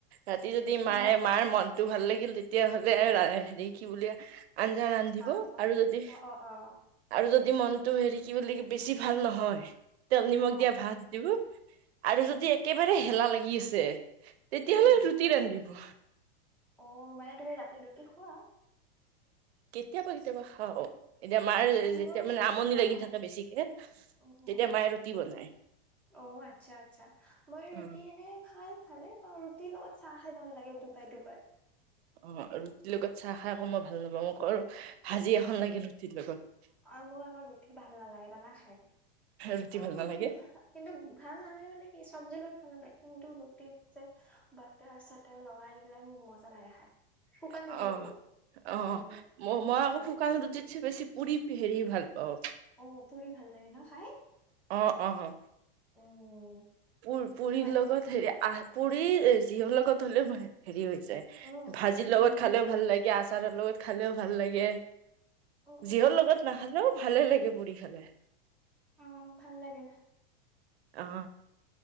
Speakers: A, on the right; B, in the centre.
A: ৰাতি যদি মায়ে
B: অ
A: মাৰ মনটো ভাল লাগিল তেতিয়াহ'লে আৰু হেৰি কি ব আঞ্জা ৰান্ধিব
B: মাংস
A: আৰু যদি
B: অ অ অ
A: আৰু যদি মনটো হেৰি কি বুলি বেছি ভাল নহয় তেল নিমখ
B: অ
A: দিয়া ভাত দিব আৰু যদি একেবাৰে হেলা লাগি আছে তেতিয়াহ'লে
B: উম
A: ৰুটি ৰান্ধিব
B: অ মানে তুমি ৰাতি ৰুতি খুৱোৱা
A: কেতিয়াবা কেতিয়াবা খাওঁ এতিয়া মাৰ
B: অ
A: যেতিয়া
B: মোৰ
A: মানে আমনি
B: অ
A: লাগি
B: অ
A: থাকে বেছিকে
B: উম উম
A: তেতিয়া
B: উম
A: মায়ে ৰুটি বনায়
B: অ আচ্ছা আচ্ছা মই ৰুটি
A: অ
B: এনে খাই ভালে পাৰ ৰুটিৰ লগত চাহ খাই ভাল লাগে ডুবাই ডুবাই
A: অ ৰুটিৰ লগত চাহ খাই আকৌ মই ভাল নাপাওঁ মোক আৰু ভাজি এখন লাগে ৰুটিৰ লগত
B: অ মোক আকৌ ৰুটি ভাল নালাগে জানা খাই
A: ৰুটি
B: অ
A: ভাল
B: মোক
A: নালাগে
B: কিবা ভ কিন্তু ভাল নালাগে মানে কি চব্জি লৈ ভাল নালাগে কিন্তু ৰুটিত যে বাটাৰ চাটাৰ লগাই দিলে মোৰ মজা লাগে খাই চিকানটিংৰু
A: অ অ
B: উম
A: ম মই
B: তাকে
A: আকৌ শুকান ৰুটিত বেছি পুৰি পিহেৰি ভাল পাওঁ
B: অ', পুৰি ভাল লাগে ন খাই
A: অ অ
B: উম
A: প পৰিৰ
B: তাকে
A: লগত হেৰি পুৰি চিহৰ লগত হ'লেও হেৰি যে
B: উম।
A: ভাজিৰ
B: উম
A: লগত খালেও ভাল লাগে আচাৰৰ লগত খালেও ভাল লাগে
B: উম উম
A: যিহৰ লগত নাখালেও ভালে লাগে পুৰি খালে
B: উম ভাল লাগে
A: অ